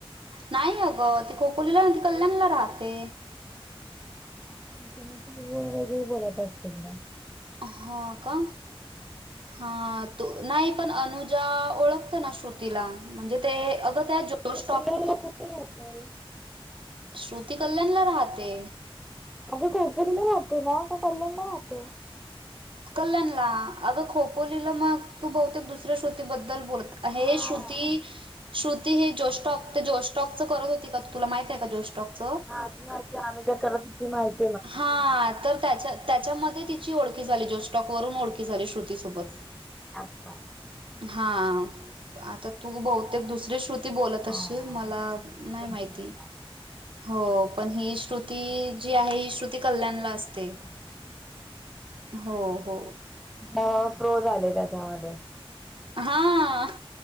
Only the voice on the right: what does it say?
नाही आगं ती खोपोलीला नाही ती कल्यानला राहते.
हा का हां. तू नाही पन अनुजा ओळखते ना श्रु तिला म्हणजे आगं त्या जोश स्टाॅक.
श्रुती कल्यानला राहते.
कल्यान ला अगं खोपोलीला मग तू बहुतेक दुसऱ्या श्रुतीबद्दल बोलतं. हे
श्रुती. श्रुती हे जोश स्टोक ते जोश स्टोकच करत होती. का ते तुला माहितीये का जोश स्टोकच.
हा. तर त्या त्याच्यामध्ये तिची ओळखी झाली. जोश स्टोक वरून ओळखी झाली श्रुतीसोबत.
हा आता तु बहुतेक दुसरी श्रु ती बोलत असशील
मला
नाही
माहिती
हो. पण ही श्रुती जी आहे ही. श्रुती कल्याण ला असते हो हो.
हा.